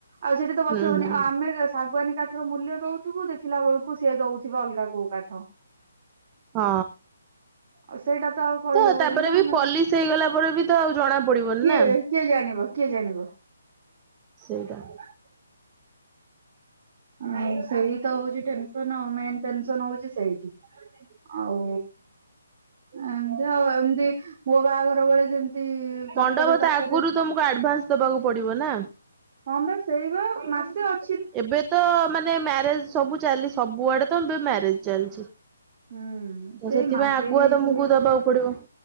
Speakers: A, on the right; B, on the right.
A: ଆଉ ସେଠି ତ ବସି
B: ହୁଁ
A: ହବନି
B: ହୁଁ
A: ଆଉ ଆମେ ଶାଗୁଆନୀ କାଠର ମୂଲ୍ୟ ଦଉଥିବୁ ଦେଖିଲା ବେଳକୁ ସିଏ ଦଉ ଥିବ ଅଲଗା କୋଉ କାଠ।
B: ହଁ।
A: ଆଉ ସେଇଟା ତ ଆଉ କହିହବନି
B: ତ ତାପରେ
A: ନା
B: ବି
A: ଆମେ
B: ପୋଲିସ ହେଇଗଲା ପରେ ବି ତ ଆଉ ଜଣା ପଡିବନି
A: କିଏ
B: ନା।
A: କିଏ ଜାଣିବ କିଏ ଜାଣିବ
B: ସେଇଟା।
A: <unintelligible> ଅଁ ସେଇ ତ ହଉଛି ଟେନ୍ସନ ମେନ୍‌ ଟେନ ସନ ହଉଛି ସେଇଠି ଆଉ ଏମିତି ଆଉ ଏମିତି ମୋ ବାହାଘର ଘରବେଳେ ଯେମିତି ତରତରରେ
B: ମଣ୍ଡପ
A: ତରତରରେ
B: ତ ଆଗରୁ ତମକୁ ଆଡଭାନ୍ସ ଦବାକୁ ପଡିବ ନା।
A: ହଁ ବା ସେଇ ବା ମାସେ ଅ
B: ଏବେ ତ ମାନେ ମ୍ୟାରେଜ ସବୁ ଚାଲି ସବୁଆଡେ ତ ଏବେ ମ୍ୟାରେଜ ଚାଲିଛି।
A: ହୁଁ
B: ତ
A: ସେଇ
B: ସେଥିପାଇଁ
A: ମା ସେଇ
B: ଆଗୁଆ ତମକୁ
A: ସେଇ
B: ଦବାକୁ
A: ପା।
B: ପଡିବ।